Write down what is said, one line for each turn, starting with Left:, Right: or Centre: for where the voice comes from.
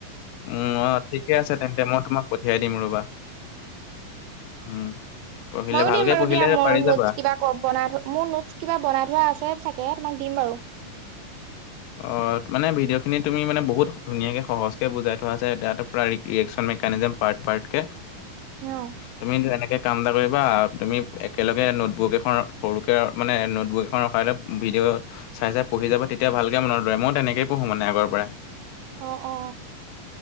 Left: উম অহ, ঠিকে আছে তেন্তে মই তোমাক পঠিয়াই দিম ৰবা। উম, পঢ়িলে
Right: ময়ো
Left: ভালকে
Right: দিম বাৰু
Left: পঢ়িলে
Right: দিয়া মোৰ
Left: পাৰি
Right: নোটছ
Left: যাবা।
Right: কিবা কব বনাই থোৱা, মোৰ নোটচ কিবা বনাই থোৱা আছে চাগে তোমাক দিম বাৰু।
Left: অহ, মানে ভিডিঅ'খিনি তুমিানে বহুত ধুনীয়াকে সহজকে বুজাই থোৱা আছে, এতিয়াতো ৰিয়েকচন সেইকাৰণে যে পাৰ্ট পাৰ্টকে,
Right: অ
Left: তুমি এনেকে কাম এটা কৰিবা তুমি একেলগে নোটবোক এখন সৰুকে মানে নোটবোৰ এখন ৰখায়লৈ ভিডিঅ' চাই চাই পঢ়ি যাব তেতিয়া ভালকে মনত ৰয়, মই তেনেকে পঢ়ো মানে আগৰ পৰাই।
Right: অ অ